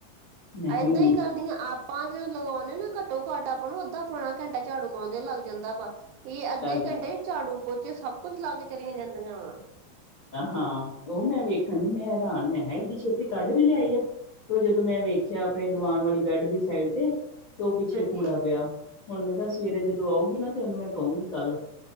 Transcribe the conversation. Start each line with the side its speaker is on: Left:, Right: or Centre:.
Left: ਮੈਂ ਕਿਹਾ
Right: ਏਦਾਂ
Left: ਇੰਨੀ
Right: ਹੀ ਕਰਦੀਆਂ ਆਪਾਂ ਜੋਂ ਲਗਾਉਦੇ ਨਾ ਘੱਟੋ- ਘੱਟ ਆਪਾਂ ਨੂੰ ਅੱਦਾ- ਪਉਣਾ ਘੰਟਾ ਝਾੜੂ ਲਉਂਦੇ ਲੱਗਦਾ। ਜਾਂਦਾ ਵਾ ਇਹ ਅੱਧੇ
Left: ਲੱਗ ਜਾਂਦਾ
Right: ਘੰਟੇ ਝਾੜੂ ਪੋਚੇ ਸਭ ਕੁੱਛ ਲਾ ਕੇ ਚਲੀਆਂ ਜਾਂਦੀਆਂ ਵਾ।
Left: ਹਾਂ ਉਹ ਮੈਂ ਵੇਖਣ ਦੀ ਮੈਂ ਹੈਰਾਨ ਮੈਂ ਕਿਹਾ ਏਡੀ ਛੇਤੀ ਕੱਢ ਵੀ ਲਿਆਈ ਆ। ਤੇ ਜਦੋਂ ਮੈਂ ਵੇਖਿਆ ਆਪਣੇ ਦਿਵਾਨ ਵਾਲੀ ਬੈਡ ਦੀ ਸਾਈਡ ਤੇ। ਤੇ ਉਹ ਪਿੱਛੇ
Right: ਹਾਂਜੀ
Left: ਕੂੜਾ ਪਿਆ। ਹੁਣ ਮੈਂ ਕਿਹਾ ਸਵੇਰੇ ਜਦੋਂ ਆਊਗੀ ਨਾ ਤੇ ਉਹਨੂੰ ਮੈਂ ਕਹੂੰਗੀ ਕੱਲ।